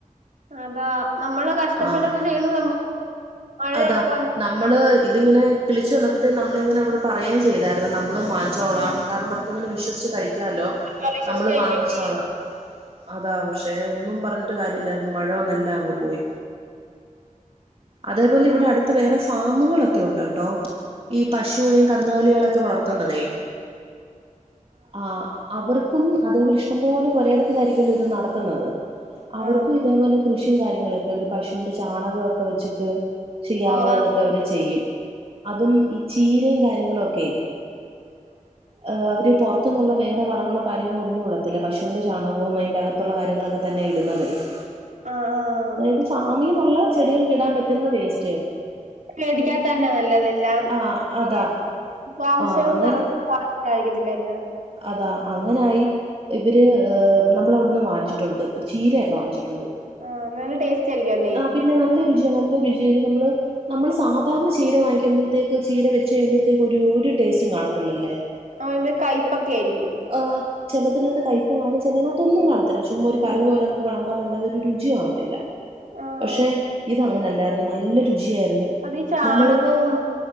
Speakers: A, on the right (about 65°); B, on the right (about 40°).
A: <unintelligible>
B: ആഹ് അതാ നമ്മള് ഇതിങ്ങനെ കിളിച്ചു വന്നപ്പോത്തേ നമ്മളിങ്ങനെ അവടെ പറയുയാ ചെയ്തായിരുന്നു നമ്മളും വാങ്ങിച്ചോളാം കാരണം ങ്ങനെ വിശ്വസിച്ച് കഴിക്കാലോ
A: ആ, വിശ്വസിച്ച്
B: നമ്മള്
A: കഴിക്കുകയും
B: വാങ്ങച്ചോള
A: ചെയ്യും
B: അതാ പക്ഷെ ഒന്നും പറഞ്ഞിട്ട് കാര്യല്ലായിരുന്നു മഴ വന്ന് എല്ലാം അങ്ങ് പോയി അതേപോലെ ഇവിടെ വേറെ ഫാമുകളൊക്കെ ഉണ്ട് കേട്ടോ ഈ പശുവിനെയും കന്നുകാലികളൊക്കെ വളർത്തുന്നതെ ആഹ് അവർക്കും അതേ ഇഷ്ടംപോലെ പൊരയിടത്തിലായിരിക്കല്ലോ ഇത് നടത്തുന്നത് അവർക്കും
A: ആഹ്
B: ഇതേപോലെ കൃഷിയും കാര്യങ്ങളൊക്കെണ്ട് പശുവിന്റെ ചാണകൊക്കെ വെച്ചിട്ട് ചെയ്യാവുന്നത്
A: ആഹ്
B: അവര് ചെയ്യും അതും ഈ ചീരയും കാര്യങ്ങളും ഒക്കെ ആഹ് അവര് പൊ അത്ത നിന്നുള്ള വേറെ വളങ്ങളോ കാര്യങ്ങളോ ഒന്നും ഇടത്തില്ല പശുവിന്റെ ചാണകവും അയിന്റെ അകത്തുള്ള കാര്യങ്ങളൊക്കെ തന്നെ ഇടുന്നത് അതായത്
A: ആഹ് ആഹ്
B: ഫാമിന്നുള്ള ചെടികൾ ഇടാൻ പറ്റുന്ന വേസ്
A: പേടിക്കാത്തന്നെയ നല്ലതെല്ലാം
B: ആ അതാ
A: കൊറെ താമസങ്ങള
B: ആ അങ്ങൻ
A: നട <unintelligible>
B: അതാ അങ്ങനായി ഇവര് നമ്മളവിടുന്ന് വാങ്ങിച്ചിട്ടുണ്ട് ചീരയാരുന്ന് വാങ്ങിച്ചിട്ടു
A: ആഹ് നല്ല ടേസ്റ്റ് ആയിരിക്കും അല്ലേ
B: ആ പിന്നെ നല്ലരുചിയ നല്ല രുചിയാ ഇത് നമ്മള് നമ്മള് സാധാരണ ചീര വാങ്ങിക്കുമ്പോഴത്തേക്ക് ചീര വെച്ച കഴിയുമ്പോഴത്തേക്ക് ഒരു ഒരു ടേസ്റ്റും കാണത്തില്ലല്ലേ
A: ആ ആയിമ്മെ കൈപ്പൊക്കെയിരിക്കും
B: ആ ചെലത്തിനകത്ത് കൈപ്പ് കാണും ചെലത്തിനകത്ത് ഒന്നും കാണത്തില്ല ചുമ്മാ ഒരു കറി
A: ഉം
B: പോലെ നമുക്ക് വെളംബന്നല്ലാതെ രുചി കാണത്തില്ല
A: ആഹ്
B: പക്ഷെ ഇത് അങ്ങനെല്ലായിരുന്നു നല്ല രുചിയായിരുന്നു
A: അത് ഈ ചാണകോം
B: നമ്മള്